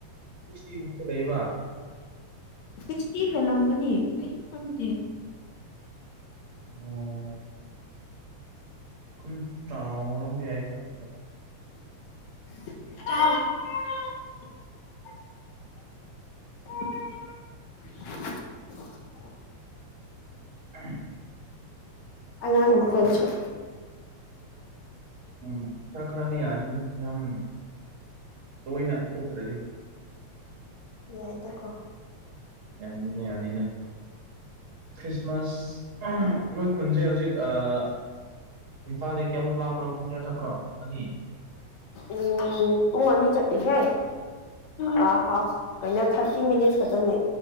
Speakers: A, on the right; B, on the left.
A: ꯏꯁꯇꯤ ꯃꯥꯊꯛꯇ ꯂꯩꯌꯦꯕ꯫
B: ꯁꯤꯛꯁꯇꯤ ꯍꯦꯜꯂꯝꯒꯅꯤ ꯑꯩꯁꯨ ꯈꯪꯗꯦ꯫
A: ꯑꯣ꯫ ꯀꯨꯟ ꯆꯥꯎꯔꯝꯝꯕ ꯌꯥꯏ ꯈꯜꯒ꯫
B: <unintelligible> <unintelligible>
A: <unintelligible>
B: ꯑꯉꯥꯡ ꯃꯈꯜꯁꯨ꯫
A: ꯎꯝ ꯈꯔ ꯈꯔꯗꯤ ꯌꯥꯅꯤꯗꯦ ꯌꯥꯝ ꯇꯣꯏꯅ ꯊꯣꯛꯇ꯭ꯔꯗꯤ꯫
B: ꯌꯥꯏꯗꯀꯣ꯫
A: ꯌꯥꯅꯤꯗ ꯌꯅꯤꯗ꯫ ꯈ꯭ꯔꯤꯁꯃꯥꯁ ꯅꯣꯏ ꯈꯨꯟꯁꯦ ꯍꯧꯖꯤꯛ ꯑꯥꯥ ꯏꯝꯐꯥꯜꯗꯒꯤ ꯀꯌꯥꯃꯨꯛ ꯂꯥꯞꯄ꯭ꯔꯣ ꯄꯨꯡ ꯀꯌꯥ ꯆꯠꯄ꯭ꯔꯣ ꯑꯅꯤ꯫
B: ꯎꯝ ꯄꯨꯡ ꯑꯅꯤ ꯆꯇꯦ ꯍꯦ ꯍꯥ ꯀꯩꯅꯣ ꯊꯔꯇꯤ ꯃꯤꯅꯠ <unintelligible> ꯈꯛꯇꯅꯦ